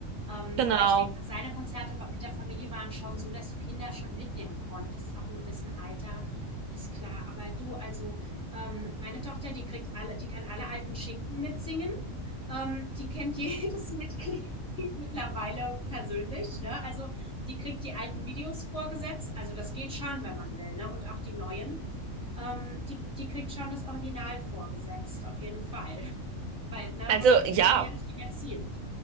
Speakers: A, in the centre; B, on the right.
A: Ähm,
B: genau.
A: aber ich denke mal, seine Konzerte wa mit der Familie waren schon so, dass du Kinder schon mitnehmen konntest ab einem gewissen Alter, ist klar. Aber du, also, ähm, meine Tochter, die kriegt alle die kann alle alten Schinken mitsingen. Ähm, die kennt jedes <laughs> Mitglied mittlerweile persönlich, ne? Also, die kriegt die alten Videos vorgesetzt. Also das geht schon, wenn man will, ne? Und auch die neuen. Ähm, die, die kriegt schon das Original vorgesetzt, auf jeden Fall. <laughs> Weil, ne,
B: Also
A: muss man
B: ja,
A: Kinder ja richtig erziehen.